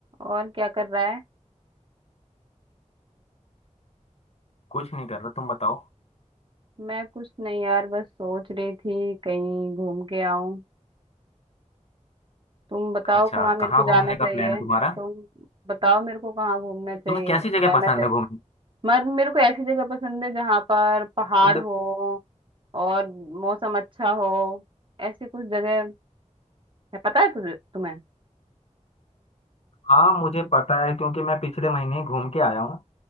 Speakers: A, on the right; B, on the left.
A: और क्या कर रहा है
B: कुछ नहीं कर रहा तुम बताओ
A: मैं कुछ नहीं यार बस सोच रही थी कहीं घूम के आऊं तुम बताओ
B: अच्छा
A: कहाँ मेरे
B: कहाँ
A: को जाना
B: घूमने
A: चाहिए
B: का प्लान है तुम्हारा
A: तुम बताओ मेरे को कहाँ घूमना चाहिए
B: तुम्हें कैसी जगह
A: जाना
B: पसंद
A: चाहिए
B: है घूमने
A: मगर मेरे को ऐसी जगह पसंद है जहाँ पर पहाड़
B: अब देखो
A: हो और मौसम अच्छा हो ऐसी कुछ जगह है पता है तुझे तुम्हें
B: हाँ मुझे पता है क्योंकि मैं पिछले महीने ही घूम के आया हूँ